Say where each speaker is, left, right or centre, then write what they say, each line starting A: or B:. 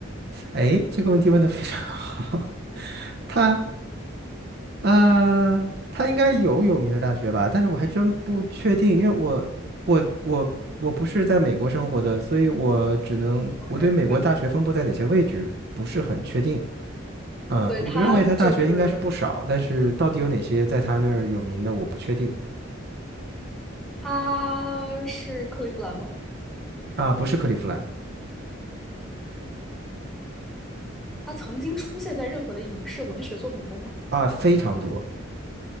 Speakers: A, on the right (about 50°); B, in the centre.
A: 哎，这个问题问的非常好。<laughs> 它呃，他应该有有名的大学吧，但是我还真不确定，因为我我我我不是在美国生活的，所以我只能我对美国大学分布在哪些位置不是很确定。
B: ？OK，明白了。
A: 呃，
B: 所以他就是
A: 我认为他大学应该是不少，但是到底有哪些在他那儿有名的，我不确定。
B: 他是克利夫兰吗？
A: 啊、不是克利夫兰
B: 他曾经出现在任何的影视文学作品中吗？
A: 啊、非常多。